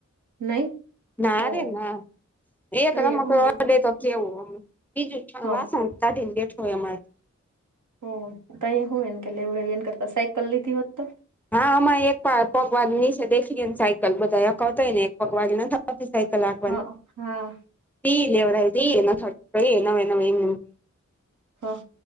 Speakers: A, on the right (about 80°); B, in the centre.
A: નહી
B: નારે
A: હો
B: ના એક
A: તો એ
B: રમક
A: હું એમ કે
B: રડે તો કેવું. બીજઠ
A: હા
B: વા સાતા િન્ડેઠ હોય અમારે.
A: હ તો હું એને કેેવું કરતા સાયકલ લીધી હોત તો.
B: હા આમાં એક પગવાજ નીચે દેખી ગ ને સાયકલ બધા અખાવતાય ને એક પગવાજ. ચી સાઈ કલાક પણન.
A: હા હા
B: તી લેવ ત એ થ એ ન એ ન એમ.
A: હા.